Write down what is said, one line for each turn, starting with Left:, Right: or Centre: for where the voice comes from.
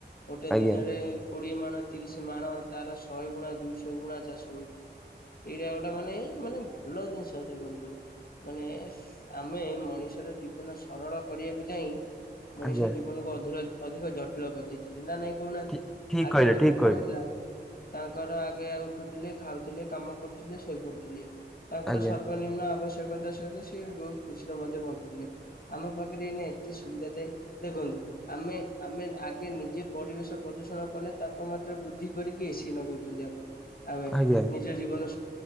Left: ଗୋଟେ
Centre: ଆଜ୍ଞା
Left: ଦିନରେ କୋଡିଏ ମାଣ, ତିରିଶ ମାଣ, ତାର ଶହେ ଗୁଣା ଦୁଇଶହ ଗୁଣା ଚାଷ ହଉଛି। ଏଇଟା ଗୋଟେ ମାନେ, ମାନେ ଭଲ ଜିନିଷ ଦେଖନ୍ତୁ। ମାନେ, ଆମେ ମଣିଷର ଜୀବନ ସରଳ କରିବାକୁ ଯାଇ, ମଣିଷ
Centre: ଆଜ୍ଞା
Left: ଜୀବନକୁ ଅଧିକ ଅଧିକ ଜଟିଳ କରିଦେଇଛନ୍ତି। ନା ନାଇଁ କହୁନାହାନ୍ତି,
Centre: ଠିକ ଠିକ
Left: ଆଗେ
Centre: କହିଲେ
Left: ଲୋକ
Centre: ଠିକ କହିଲେ।
Left: କଣ ଥିଲା ତାଙ୍କର ଆଗେ ଉଠୁଥିଲେ, ଖାଉଥିଲେ, କାମ କରୁଥିଲେ, ଶୋଇପଡୁଥିଲେ। ତାଙ୍କର
Centre: ଆଜ୍ଞା
Left: ସର୍ବ ନିମ୍ନ ଆବଶ୍ୟକତା ସହିତ ସିଏ ବହୁତ୍ ଖୁସିରେ ମଧ୍ୟ ବଞ୍ଚୁଥିଲେ। ଆମ ପାଖ ରେ ଏଇନେ ଏତେ ସୁବିଧା ଥାଇକି, ଦେଖନ୍ତୁ ଆମେ ଆମେ ଆଗେ ନିଜେ ପରିବେଶ ପ୍ରଦୂଷଣ କଲେ, ତାପମାତ୍ରା ବୃଦ୍ଧି କରିକି ଏ ସିି ନଗଉ ଯଦି ଆପଣ ଆମେ
Centre: ଆଜ୍ଞା
Left: ନିଜ ଜୀବନ,